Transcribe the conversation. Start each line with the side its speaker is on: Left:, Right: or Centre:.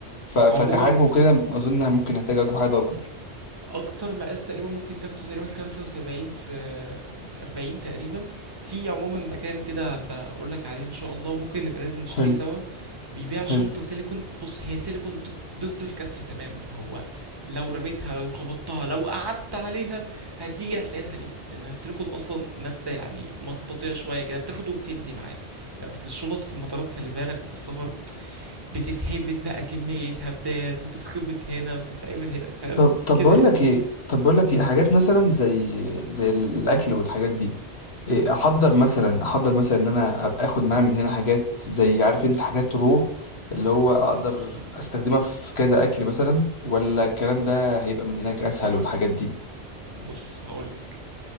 Left: ف- فكحجم
Right: عموما
Left: وكده اظن ممكن احتاج اجيب حاجة اكبر
Right: اكتر مقاس تقريبا ممكن تاخده تقريبا 75 في 40 تقريبا في عموما مكان كده بقول لك عليه ان شاء الله وممكن نبقى ننزل نشتريه
Left: حلو
Right: سوا بيبيع شنطة
Left: حلو
Right: سيليكون بص هي سيليكون ضد الكسر تماما هو لو رميتها لو خبطتها لو قعدت عليها هتيجي هتلاقيها سليمة لأن السيليكون أصلا مادة يعني مطاطية شوية كده بتاخد وبتدي معاك لأن أصل الشنط في المطارات خلي بالك وفي السفر بتتهبت بقى كمية هبدات وتتخبط هنا وتتعمل هنا فاهم
Left: طب طب
Right: كده
Left: بقول
Right: يعني
Left: لك ايه طب بقول لك
Right: مهم.
Left: ايه حاجات مثلا زي زي الاكل والحاجات دي إيه احضر
Right: مم.
Left: مثلا احضر مثلا ان انا ابقى اخد معايا من هنا حاجات زي عارف انت حاجات رو اللي هو اقدر استخدمها في كذا اكل مثلا ولا الكلام ده هيبقى من هناك اسهل والحاجات دي
Right: بص هقول لك